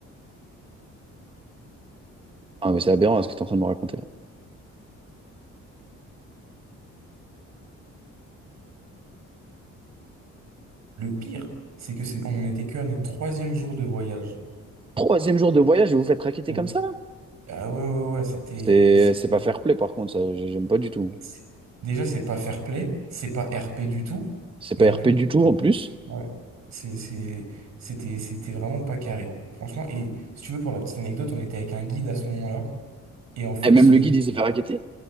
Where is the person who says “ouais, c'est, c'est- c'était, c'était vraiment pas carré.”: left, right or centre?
Right